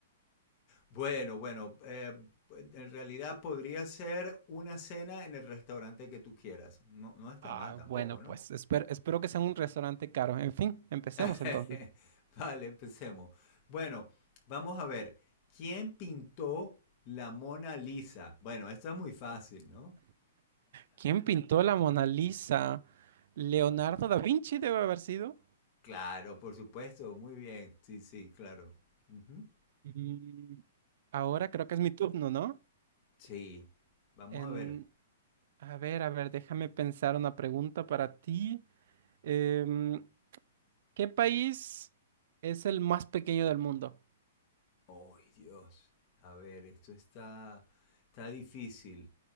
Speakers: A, on the left (about 25°); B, on the right (about 45°).
A: Bueno, bueno, eh, pues, en realidad podría ser una cena en el restaurante que tú quieras. No, no está
B: Ah,
A: mal tampoco,
B: bueno,
A: ¿no?
B: pues esper- espero que sea un restaurante caro. En fin, empecemos
A: <laughs>
B: entonces.
A: Vale, empecemos. Bueno, vamos a ver. ¿Quién pintó la Mona Lisa? Bueno, esto es muy fácil, ¿no?
B: ¿Quién pintó la Mona Lisa? Leonardo da Vinci debe haber sido.
A: Claro, por supuesto, muy bien. Sí, sí, claro. Ujú.
B: Mm, ahora creo que es mi turno, ¿no?
A: Sí, vamos
B: En,
A: a ver.
B: a ver, a ver, déjame pensar una pregunta para ti. Em, ¿qué país es el más pequeño del mundo?
A: Oh Dios! A ver, esto está, está difícil.